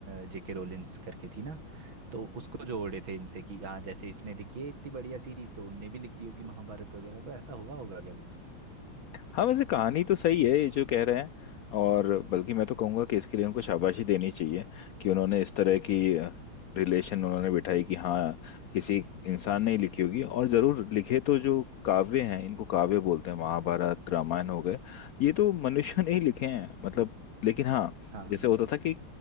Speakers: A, on the right (about 75°); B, on the left (about 80°).
A: जेके रोलिंस करके थी ना तो उसको जोड़े थे इनसे कि हाँ जैसे इसने लिखी है इतनी बढ़िया सीरीज तो उनने भी लिख दी होगी महाभारत वगैरह तो ऐसा हुआ होगा क्या कुछ
B: हाँ वैसे कहानी तो सही है ये जो कह रहे हैं और बल्कि मैं तो कहूंगा कि इसके लिए उनको शाबाशी देनी चाहिए कि उन्होंने इस तरह की रिलेशन उन्होंने बिठाई कि हाँ किसी इंसान ने ही लिखी होगी और जरूर लिखे तो जो काव्य हैं इनको काव्य बोलते हैं महाभारत रामायण हो गए ये तो मनुष्य ने ही लिखे हैं मतलब लेकिन हाँ
A: हाँ
B: जैसे होता था कि